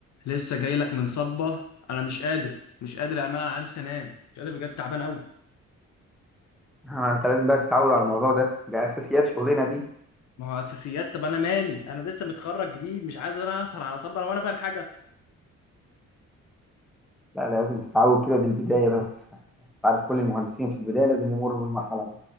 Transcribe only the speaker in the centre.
ما انت لازم بقى تتعود على الموضوع ده ده اساسيات شغلنا دي
لا لازم تتعود كده دي البدايه بس انت عارف كل المهندسين في البدايه لازم يمروا بالمرحله دي